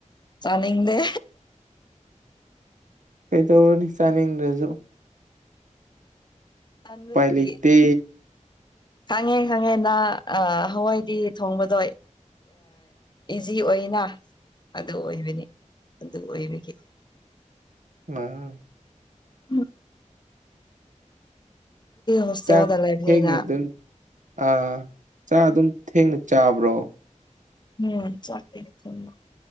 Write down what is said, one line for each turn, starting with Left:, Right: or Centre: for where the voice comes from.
Left: ꯆꯅꯤ ꯗꯦ
Right: ꯀꯩꯗꯧꯅꯤ ꯆꯥꯅꯤ ꯔꯖꯣ
Left: ꯇꯟꯕꯒꯤ
Right: ꯄꯥꯏ ꯂꯩꯇ
Left: ꯈꯪꯉꯦ ꯈꯪꯉꯦ ꯅꯍ ꯍꯋꯥꯏꯗꯤ ꯊꯣꯡꯕꯗꯣ ꯏꯖꯤ ꯑꯣꯏꯅ ꯑꯗꯨ ꯑꯣꯏꯕꯅꯤ ꯑꯗꯨ ꯑꯣꯏꯕꯒꯤ
Right: ꯎꯝ
Left: ꯎꯝ ꯍꯣꯁꯇꯦꯜꯗ
Right: ꯆꯥꯛ
Left: ꯂꯩꯕꯅꯤꯅ
Right: ꯊꯦꯡ ꯅ ꯑꯗꯨ ꯑꯥ ꯆꯥ ꯑꯗꯨꯝ ꯊꯦꯡꯅ ꯆꯥꯕ꯭ꯔꯣ
Left: ꯎꯝ ꯆꯦ ꯎꯝ